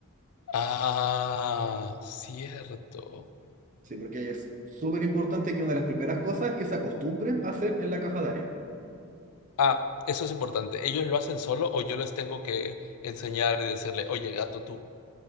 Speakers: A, on the left; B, on the right.
A: Ah, cierto.
B: Sí, porque es súper importante que una de las primeras cosas es que se acostumbren a hacer en la caja de arena.
A: Ah, eso es importante. ¿Ellos lo hacen solo o yo les tengo que enseñar y decirle, oye, gato, tú